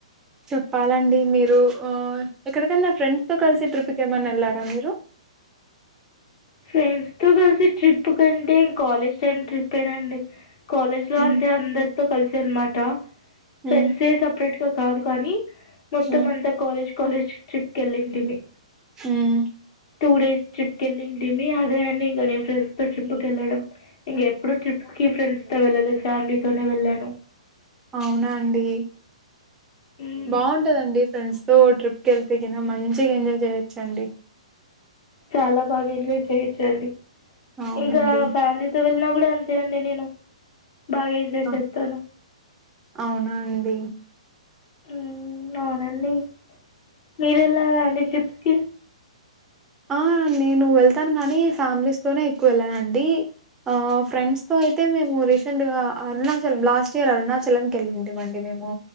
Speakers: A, on the right; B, on the left.
A: చెప్పాలండి, మీరు ఆ ఎక్కడికన్నా ఫ్రెండ్స్ తో కలిసి ట్రిప్ కి ఏమన్నా ఎళ్లారా మీరు?
B: ఫ్రెండ్స్ తో కలిసి ట్రిప్పుకంటే ఇం కాలేజ్ టైమ్ ట్రిప్పేనండి కాలేజ్ లో
A: హ్మ్
B: అంటే అందరితో కలిసి అనమాట.
A: హ్మ్
B: ఫ్రెండ్సే సపరేట్ తోకాదు కానీ మొత్తం
A: హ్మ్
B: అంతా కాలేజ్ కాలేజ్ ట్రిప్ కెళ్ళింటిమి.
A: హ్మ్
B: టూ డేస్ ట్రిప్ కెళ్ళింటిమి, అదే అండి ఇంగ నేను ఫ్రెండ్స్ తో ట్రిప్పుకెళ్ళడం. ఇంగెప్పుడు ట్రిప్ కి ఫ్రెండ్స్ తో వెళ్ళలే, ఫ్యామిలీతోనే వెళ్ళాను.
A: అవునా అండి,
B: మ్మ్
A: బావుంటదండి
B: అవును.
A: ఫ్రెండ్స్ తో ట్రిప్ కెళ్తే గినా, మంచిగ ఎంజాయ్ చేయొచ్చండి.
B: చాలా బాగా ఎంజాయ్ చేయొచ్చండి,
A: అవునండి
B: ఇంకా ఫ్యామిలీ తో వెళ్ళినా గూడా అంతే అండి నేను, బాగా ఎంజాయ్
A: ఆ,
B: చేస్తాను.
A: అవునా అండి
B: మ్ అవునండి, మీరు వెళ్ళారా అండి ట్రిప్స్ కి?
A: ఆ నేను వెళ్తాను కానీ ఫ్యామిలీస్ తోనే ఎక్కువ వెళ్ళానండి. ఫ్రెండ్స్తో అయితే మేము రీసెంట్గా అరుణాచలం లాస్ట్ ఇయర్ అరుణాచలంకి ఎల్లింటిమి అండి మేము.